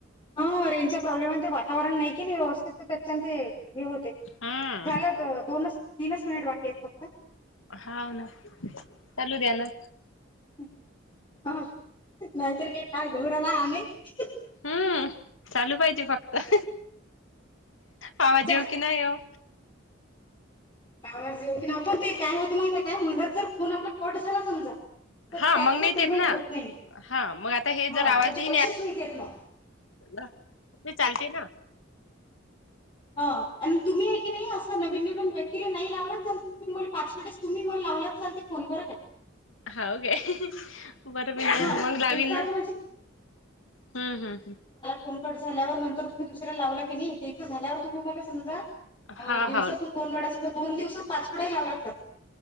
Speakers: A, on the left; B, on the left.
A: हा रेनचा प्रॉब्लेम आहे, ते वातावरण नाई की नाई व्यवस्थित त्याच्यान ते हे होते.
B: हम्म
A: झालं... दोनच, तीनच मिनिट बाकी आहेत फक्त
B: हा ना चालू द्या ना
A: हा नाहीतर काय काय <unintelligible>
B: हम्म चालू पाहिजे फक्त
A: <unintelligible> <unintelligible>
B: आवाज
A: काय
B: येऊ की नाही येऊ.
A: आवाज येऊ की नाही, पण ते काय होतं माहिती काय मध्येच जर फोन आपला कट झाला समजा तर
B: हा
A: त्याचं
B: मग नाही
A: पेमेंट
B: ते येत ना
A: होत नाही
B: हा मग आता हे
A: हा
B: जर आवाज
A: त्याचे
B: नाहीला
A: पैसेच नाहीत येत मग
B: ह तू चालतेय ना
A: हा आणि तुम्ही हे की नाही? असं नवीन नवीन व्यक्तीला नाही लावलाल पाच वटेस तुम्ही लावलाच चाल ते फोन बर का?
B: जाऊदे. बरं म
A: हा
B: मग लावीन
A: एकसारखं
B: ना
A: म्हणजे
B: हम्म हम् हम्.
A: फोनकट झाल्यावर नंतर तुम्ही दुसऱ्या लावला की नाहीथं झाल्यावर तुमहीला समजा, अ
B: हा
A: दिवसातून
B: हाव
A: दोन वेड्या समजर दोन दिवसात पाच वेळाही लावला जाते.